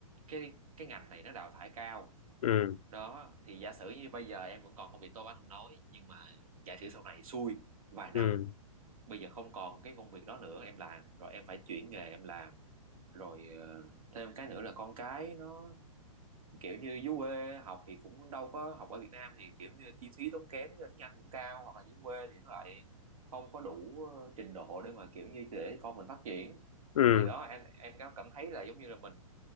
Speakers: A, on the right; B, on the left.
A: cái cái ngành này nó đào thải cao
B: ừ,
A: đó thì giả sử như bây giờ em vẫn còn công việc tốt anh không nói nhưng mà giả sử sau này xui vài năm
B: ừ,
A: bây giờ không còn cái công việc đó nữa em làm rồi em phải chuyển nghề em làm rồi ờ, thêm cái nữa là con cái nó kiểu như dưới quê học thì cũng đâu có học ở Việt Nam thì kiểu như chi phí tốn kém như tiếng Anh cũng cao hoặc là dưới quê thì nó lại không có đủ ờ, trình độ để mà kiểu như để con mình phát triển
B: ừ.
A: thì đó em em có cảm thấy là giống như là mình